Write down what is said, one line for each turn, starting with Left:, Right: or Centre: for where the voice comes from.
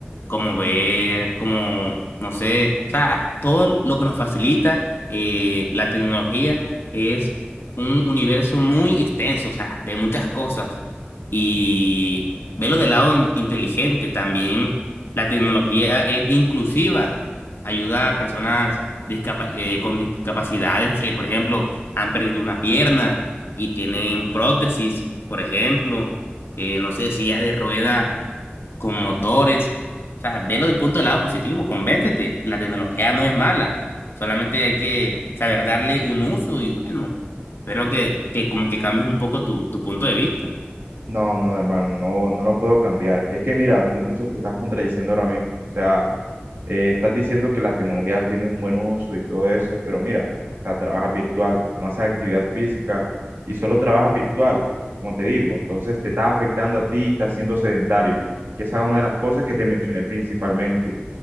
Left: como ver, como, no sé, o sea, todo lo que nos facilita eh, la tecnología es un universo muy extenso, o sea, de muchas cosas y verlo del lado in- inteligente también la tecnología es inclusiva, ayuda a personas discapa- eh, con discapacidades que, por ejemplo, han perdido una pierna y tienen prótesis, por ejemplo, eh, no sé, sillas de rueda con motores. O sea, velo del punto del lado positivo, convéncete, la tecnología no es mala, solamente hay que saber darle un uso y bueno, espero que, que como que cambies un poco tu, tu punto de vista.
Right: No, no, hermano, no, no lo puedo cambiar. Es que mira, tú incluso te estás contradiciendo ahora mismo. O sea, eh, estás diciendo que la tecnología tiene un buen uso y todo eso, pero mira, o sea, trabajas virtual, no haces actividad física y solo trabajas virtual, como te digo. Entonces te estás afectando a ti y estás siendo sedentario, que esa es una de las cosas que te mencioné principalmente.